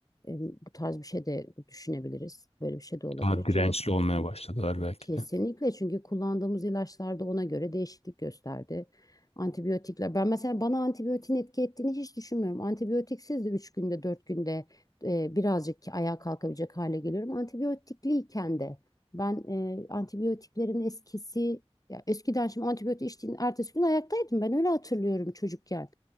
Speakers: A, on the left (about 35°); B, on the left (about 65°).
A: E, bu tarz bir şey de düşünebiliriz. Böyle bir şey de olabilir.
B: Daha dirençli
A: Çünkü
B: olmaya başladılar belki
A: kesinlikle
B: de.
A: çünkü kullandığımız ilaçlarda ona göre değişiklik gösterdi. Antibiyotikler. Ben mesela bana antibiyotin etki ettiğini hiç düşünmüyorum. Antibiyotiksiz de 3 günde 4 günde e, birazcık ayağa kalkabilecek hale geliyorum. Antibiyotikliyken de ben e, antibiyotiklerin eskisi ya eskiden şimdi antibiyotik içtiğin ertesi gün ayaktaydım. Ben öyle hatırlıyorum çocukken.